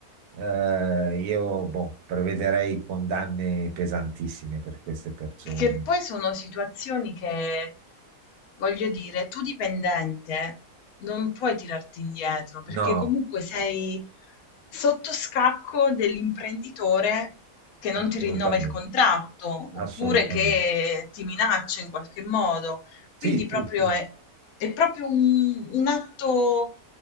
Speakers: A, on the right; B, on the left.
A: eh, io boh, prevederei condanne pesantissime per queste persone.
B: Che poi sono situazioni che, voglio dire, tu dipendente non puoi tirarti indietro perché
A: No,
B: comunque sei sotto scacco dell'imprenditore che non
A: assolutamente,
B: ti rinnova il contratto
A: assolutamente.
B: oppure che ti minaccia in qualche modo. Quindi
A: Sì, sì,
B: proprio
A: sì.
B: è, è proprio un, un atto